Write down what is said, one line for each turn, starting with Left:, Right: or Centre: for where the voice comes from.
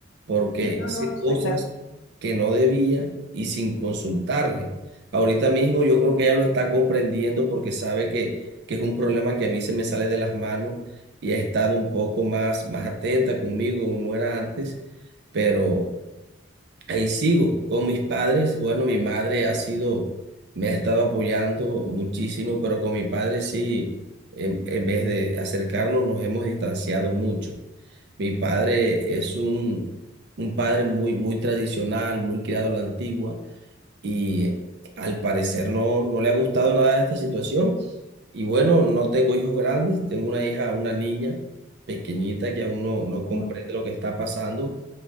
Right: porque
Left: sí, no,
Right: hice
Left: no, está
Right: cosas
Left: claro.
Right: que no debía y sin consultarle. Ahorita mismo yo creo que ella lo está comprendiendo porque sabe que, que es un problema que a mí se me sale de las manos y ha estado un poco más, más atenta conmigo como era antes, pero... Ahí sigo con mis padres. Bueno, mi madre ha sido, me ha estado apoyando muchísimo, pero con mi padre sí, en, en vez de acercarnos, nos hemos distanciado mucho. Mi padre es un, un padre muy, muy tradicional, muy criado a la antigua, y al parecer no, no le ha gustado nada esta situación. Y bueno, no tengo hijos grandes, tengo una hija, una niña pequeñita que aún no, no
Left: No,
Right: comprende
Left: no.
Right: lo que está pasando